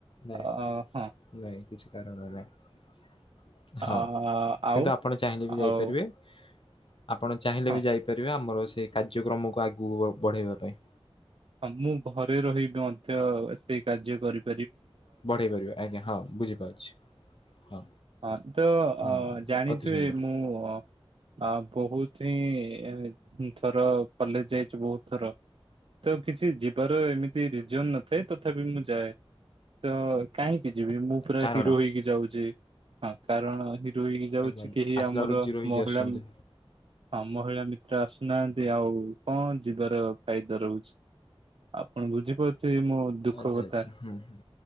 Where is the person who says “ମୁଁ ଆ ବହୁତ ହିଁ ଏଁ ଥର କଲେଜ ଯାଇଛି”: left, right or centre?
Right